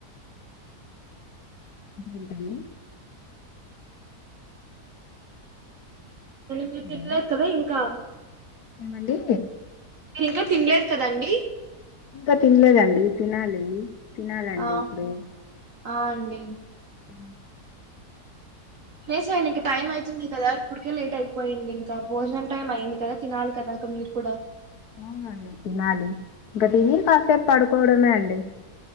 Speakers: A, on the left; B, on the right.
A: ఎంటండి
B: మీర్
A: హలో
B: తిన్లేదు కదా ఇంకా
A: ఏమండి
B: మీర్ ఇంకా తిన్లేదు కదండి
A: ఇంకా తిన్లేదండి తినాలి తినాలండి
B: ఆ
A: ఇప్పుడు
B: ఆ అండి
A: ఉ
B: సేసేయండి ఇంక టైమ్ అయితుంది కదా ఇప్పుడికే లేట్ అయిపోయింది ఇంకా భోజనం టైం అయింది కదా తినాలి కదా అక్క మీర్ కూడా
A: అవునండి తినాలి ఇంకా తిని కాసేపు పడుకోవడమే అండి